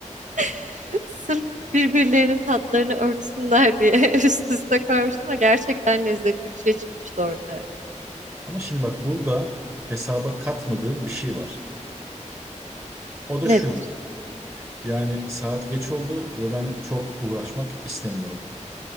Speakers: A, on the right; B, on the right.
A: <laughs> Sırf birbirlerinin tatlarını örtsünler diye <laughs> üst üste koymuştum ve gerçekten lezzetli bir şey çıkmıştı ortaya.
B: Ama şimdi bak burada hesaba katmadığın bir şey var. O da
A: Nedir?
B: şu. Yani saat geç oldu ve ben çok uğraşmak istemiyorum.